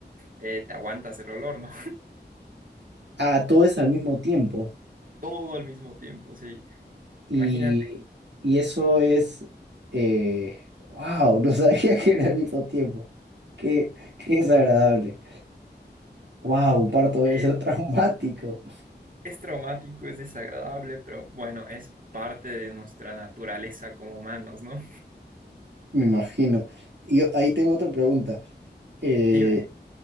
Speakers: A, on the right; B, on the right.
A: eh, te aguantas el olor, ¿no?
B: ah, todo es al mismo tiempo?
A: todo al mismo tiempo, sí.
B: Y,
A: Imagínate,
B: y eso es, eh, wow, no <laughs> sabía que era al mismo tiempo. Qué, qué desagradable. Wow, un parto debe
A: es,
B: ser <laughs> traumático,
A: es traumático, es desagradable, pero bueno, es parte de nuestra naturaleza como humanos, ¿no?
B: me imagino. Y yo- ahí tengo otra pregunta. Eh,
A: <laughs> Dime.